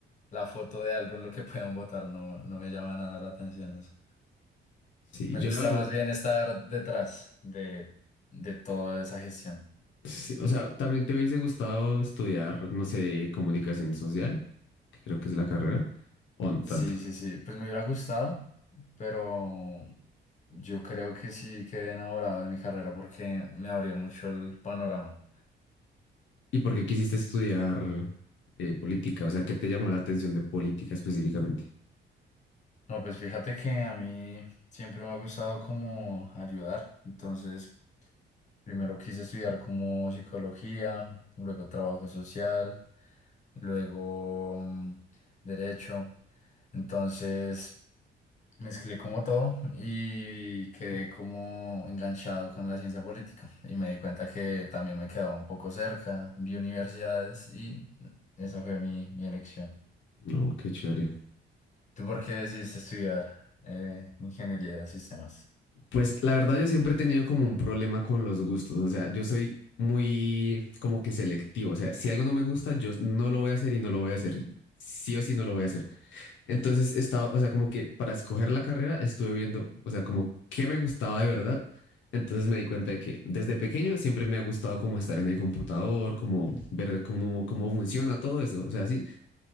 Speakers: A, on the left; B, on the left.
A: la foto de algo en lo que puedan votar. No, no me llama nada la atención eso.
B: Sí,
A: Me
B: yo
A: gusta
B: la verdad...
A: más bien estar detrás de, de toda esa gestión.
B: Sí, o sea, también te hubiese gustado estudiar, no sé, comunicación social, que creo que es la carrera, o no tanto.
A: Sí, sí, sí. Pues me hubiera gustado, pero yo creo que sí quedé enamorado de mi carrera porque me abrió mucho el panorama.
B: ¿Y por qué quisiste estudiar eh, política? O sea, ¿qué te llamó la atención de política específicamente?
A: No, pues fíjate que a mí siempre me ha gustado como ayudar. Entonces... Primero quise estudiar como psicología, luego trabajo social, luego mm, derecho. Entonces mezclé como todo y quedé como enganchado con la ciencia política. Y me di cuenta que también me quedaba un poco cerca, vi universidades y esa fue mi, mi elección.
B: No, qué chévere.
A: ¿Tú por qué decidiste estudiar eh, ingeniería de sistemas?
B: Pues la verdad yo siempre he tenido como un problema con los gustos, o sea, yo soy muy como que selectivo, o sea, si algo no me gusta, yo no lo voy a hacer y no lo voy a hacer, y sí o sí no lo voy a hacer. Entonces estaba, o sea, como que para escoger la carrera estuve viendo, o sea, como qué me gustaba de verdad. Entonces me di cuenta de que desde pequeño siempre me ha gustado como estar en el computador, como ver cómo, cómo funciona todo eso, o sea, sí.